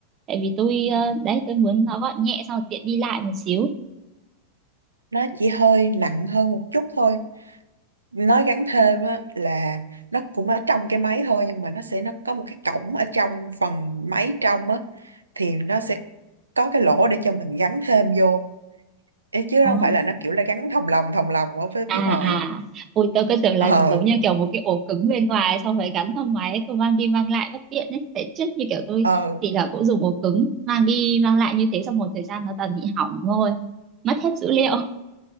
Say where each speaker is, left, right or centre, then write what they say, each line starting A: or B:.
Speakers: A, on the right; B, on the right.
A: Tại vì tôi ờ, đấy tôi muốn nó gọn nhẹ xong rồi tiện đi lại một xíu.
B: nó chỉ hơi nặng hơn một chút thôi nó gắn thêm á là nó cũng ở trong cái máy thôi nhưng mà nó sẽ nó có một cái cổng ở trong phần máy trong á thì nó sẽ có cái lỗ để cho mình gắn thêm vô Ê, chứ
A: Ồ.
B: không phải là nó kiểu là gắn thòng lồng thòng lồng ở phía
A: À
B: phía ngoài
A: à, ôi tôi cứ tưởng là
B: ờ
A: giống như kiểu một cái ổ cứng bên ngoài xong phải gắn vào ngoài ấy, cứ mang đi mang lại bất tiện ấy. Tại trước như kiểu tôi
B: ờ
A: thì là cũng dùng ổ cứng mang đi mang lại như thế xong một thời gian nó toàn bị hỏng thôi, mất hết dữ liệu.